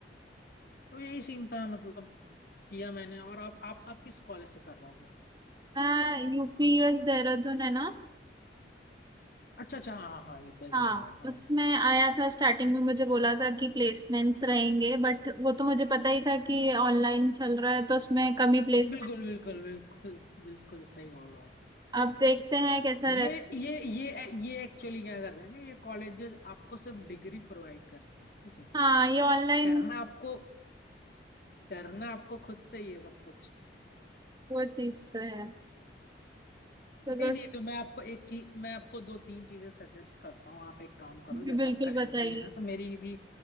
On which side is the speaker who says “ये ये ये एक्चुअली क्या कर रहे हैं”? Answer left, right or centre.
Left